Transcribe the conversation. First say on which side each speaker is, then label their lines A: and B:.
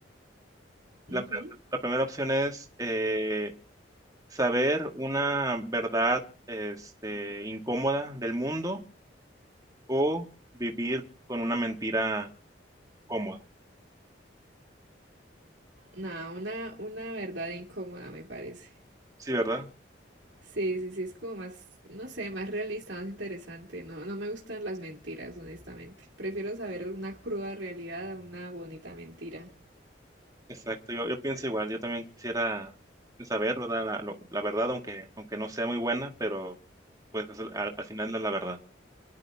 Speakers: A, on the right; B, on the right.
A: La,
B: Ujú.
A: pre- la primera opción es eh, saber una verdad este, incómoda del mundo o vivir con una mentira cómoda.
B: Nada, una, una verdad incómoda, me parece.
A: Sí, ¿verdad?
B: Sí, sí, sí, es como más, no sé, más realista, más interesante. No, no me gustan las mentiras, honestamente. Prefiero saber una cruda realidad a una bonita mentira.
A: Exacto. Yo, yo pienso igual. Yo también quisiera saber, ¿verdad? La, lo- la verdad, aunque, aunque no sea muy buena, pero pues es el- al, al final es la verdad.